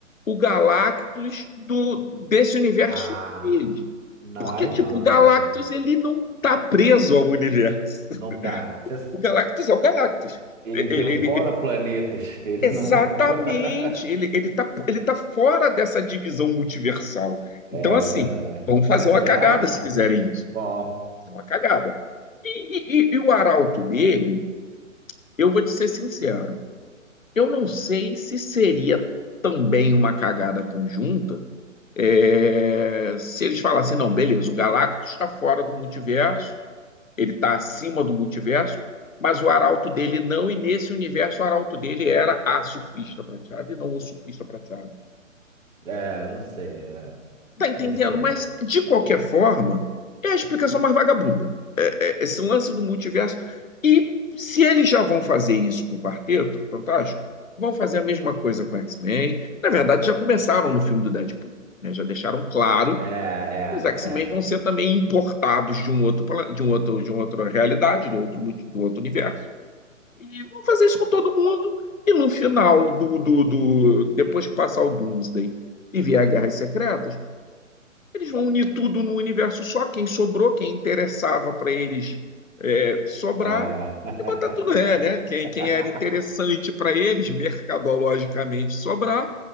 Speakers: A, on the left; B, on the right.
A: o Galactus do, desse universo
B: Ah,
A: dele
B: não,
A: Porque,
B: aí
A: tipo,
B: não,
A: o Galactus ele não está preso ao universo.
B: não tá. Cês-
A: O Galactus é o Galactus.
B: Ele
A: Ele,
B: devora
A: ele, ele-
B: planetas. Ele
A: exatamente,
B: não. <laughs>
A: ele, ele, tá, ele tá fora dessa divisão multiversal.
B: É
A: Então, assim,
B: verdade.
A: vão fazer
B: Mas
A: uma
B: será?
A: cagada se fizerem
B: <laughs>
A: isso
B: Bom,
A: fazer uma cagada. E, e, e o arauto dele, eu vou te ser sincero, eu não sei se seria também uma cagada conjunta é, se eles falassem, não, beleza, o Galactus está fora do multiverso, ele está acima do multiverso, mas o arauto dele não, e nesse universo o arauto dele era a surfista prateada e não o surfista prateado.
B: é, não sei, é,
A: Tá entendendo?
B: não sei,
A: Mas, de qualquer
B: sei.
A: forma, é a explicação mais vagabunda. esse lance do multiverso. E se eles já vão fazer isso com o Quarteto Fantástico, vão fazer a mesma coisa com o X-Men. Na verdade, já começaram no filme do Deadpool, né? Já deixaram claro
B: É, é,
A: que os X-Men
B: é,
A: vão ser também importados de um outro de um outro de uma outra realidade, do outro do outro universo. E vão fazer isso com todo mundo. E no final do, do, do depois que passar o Doomsday e vier a Guerras Secretas, eles vão unir tudo no universo só, quem sobrou, quem interessava para eles é, sobrar,
B: é. <laughs>
A: e botar tudo é, né? Quem, quem era interessante para eles, mercadologicamente, sobrar,